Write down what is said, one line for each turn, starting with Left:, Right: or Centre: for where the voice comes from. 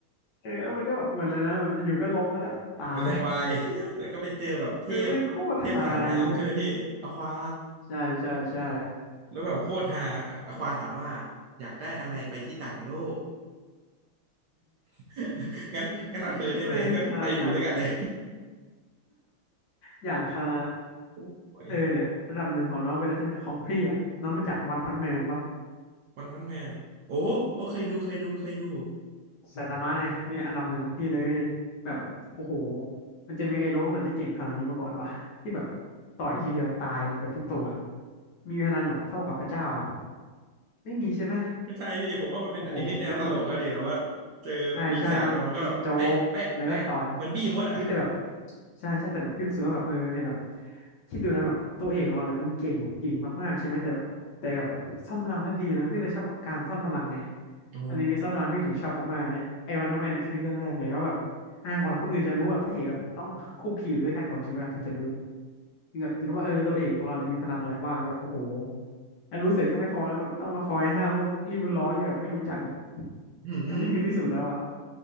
Left: เออแล้วมันก็แบบเหมือนอะไรนะแบบอยู่ๆก็ล้มแล้วก็ตาย
Right: หัวใจวาย <laughs> แล้วก็ไปเจอแบบเทพเทพสายน้ำใช่ไหมพี่อควา
Left: เออแม่งโคตรฮาเลยเว้ยใช่ใช่ใช่
Right: แล้วแบบโคตรฮาอควาถามว่าอยากได้อะไรไปที่ต่างโลก <laughs> งั้นงั้นเอาเธอได้ไหมก็ไปอยู่ด้วยกันเลย
Left: <laughs> แม่งฮาจัดอย่างฮา
Right: <laughs> โอ้ย
Left: เออเนี่ยอันดับหนึ่งของน้องเป็นนะใช่ของพี่อ่ะน้องรู้จักวันพันแมนปะ
Right: วันพันแมนโอ้โอ้เคยดูเคยดูเคยดู
Left: ไซตามะไงเนี่ยอันดับหนึ่งของพี่เลยแบบโอ้โหมันจะมีไอ้โลโลกไหนที่เก่งขนาดนี้มาก่อนวะที่แบบต่อยทีเดียวตายเกือบทุกตัวมีพลังกับเท่ากับพระเจ้าอ่ะไม่มีใช่ไหม
Right: ไม่ใช่พี่ผมว่ามันเป็นอนิเมะแนวตลกอะดิแบบว่าเจอปีศาจมามันก็แบบแปะแปะแปะเหมือนบี้มดอะ
Left: โอ้โหแม่งแบบ ใช่ใช่มันเป็นโจ๊กแล้วก็ต่อยเฮ้ยแต่แบบใช่ใช่แต่แบบพี่รู้สึกว่าแบบเออเนี่ยแบบคิดดูนะแบบตัวเอกของเราเนี่ยมันเก่งเก่งมากๆใช่ไหมแต่กับแต่กับแบบซ่อนพลังได้ดีนะพี่เลยชอบแบบการซ่อนพลังไง
Right: อ๋อ
Left: อนิเมะซ่อนพลังพี่ถึงชอบมากๆเนี่ยไอ้วันพันแมนเนี่ยคือเรื่องแรกเลยว่าแบบอ่ากว่าคนอื่นจะรู้อ่ะพระเอกอะต้องคุกคีอยู่ด้วยกันก่อนใช่ไหมถึงจะรู้ถึงแบบจะรู้ว่าเออตัวเอกของเราเนี่ยมีพลังอะไรบ้างแล้วแบบโอ้โหแล้วรู้เสร็จก็ไม่พอนะแบบต้องมาคอยห้ามพวกริวล้อที่แบบไม่รู้จักอีก
Right: <laughs> หืม
Left: อันนี้คือที่สุดแล้วอะ